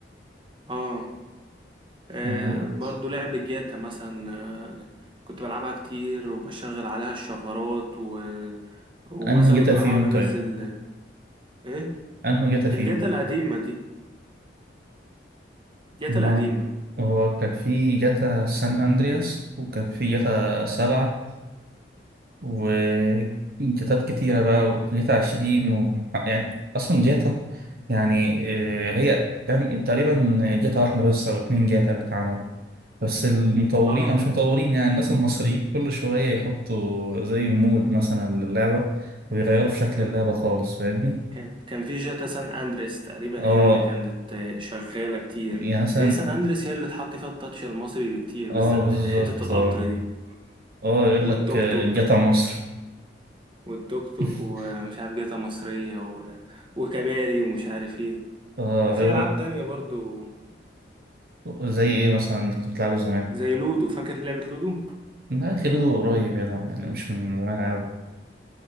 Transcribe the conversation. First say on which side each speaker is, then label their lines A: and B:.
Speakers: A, on the right (about 30°); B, on the right (about 55°).
A: اه آه،
B: اه
A: برضو لعب الجاتا مثلا آه، كنت بلعبها كتير وبشغل عليها الشفرات و... ومثلا
B: انهي جتا
A: كنت
B: فيهم
A: بحاول انزل
B: طيب
A: ايه
B: انهي جتا فيهم
A: الجاتا القديمة دي الجاتا
B: ما
A: القديمة
B: هو هو كان في جتا سان اندرياس وكان في جتا سبعة وجيتات كتيرة بقى وجيتا عشرين و... يعني أصلا جيتا يعني آه، هي كم- تقريبا جيتا واحدة بس أو اتنين جيتا اللي اتعملوا بس المطورين
A: اه
B: أو مش مطورين يعني الناس المصريين كل شوية يحطوا زي مود مثلا للعبة ويغيروا في شكل
A: كان
B: اللعبة خالص فاهمني؟
A: كان كان في جاتا سان اندريس تقريبا
B: اه
A: هي اللي كانت آه، شغالة كتير
B: يعني مثلا
A: هي سان اندريس هي اللي اتحط فيها التاتش المصري بكتير
B: اه
A: بالذات
B: بالظبط
A: حتة القطر
B: اه
A: دي
B: اه يقول
A: والتوك
B: لك آه،
A: توك
B: جيتا مصر
A: والتوك توك
B: <laughs>
A: ومش عارف جاتا مصرية و... وكباري ومش عارف ايه
B: اه
A: في
B: هو
A: ألعاب تانية برضو
B: زي ايه مثلا اللي كنت بتلعبه زمان؟
A: زي لودو فاكر لعبة لودو
B: لا خلوده قريب يعني يعني مش من زمان أوي